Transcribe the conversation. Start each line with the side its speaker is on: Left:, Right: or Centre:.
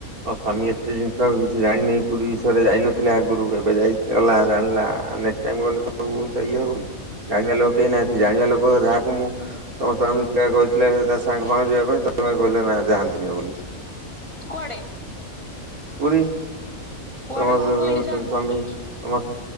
Right: ତମ୍ ସ୍ୱାମୀ ଏତେ ଜିନିଷ କିଛି ଜାଣିନି ପୁରୀ ବିଷୟରେ ଯାଇନ ଥିଲା ଆଗରୁ ଏବେ ଯାଇ ଗଲା ଜାଣିଲା ନେକ୍ସଟ୍ ଟାଇମ୍ ଗଲେ ତ ସବୁ କଥା ଇଏ ହବନି ଜାଣିବା ଲୋକ କେହି ନାହାନ୍ତି ଜାଣିବା ଲୋକ ଯାହାକୁ ମୁଁ ତମ ସ୍ୱାମୀ କାଳେ କହିଥିଲେ ତା ସାଙ୍ଗମାନେ ଯିବା ପାଇଁ ତମେ ତ କହିଲ ନା ଯାଆନ୍ତିନି ବୋଲି।
Left: କୁଆଡେ?
Right: ପୁରୀ।
Left: କୁଆଡେ
Right: ତମ
Left: କଣ
Right: ସ୍ୱାମୀ
Left: କହିଲି ଯାଆନ୍ତିନି?
Right: ତମ